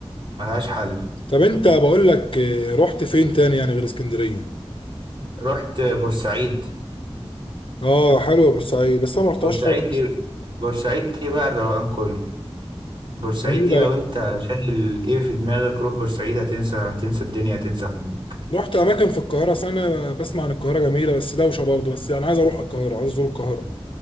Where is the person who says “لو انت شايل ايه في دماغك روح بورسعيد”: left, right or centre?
Right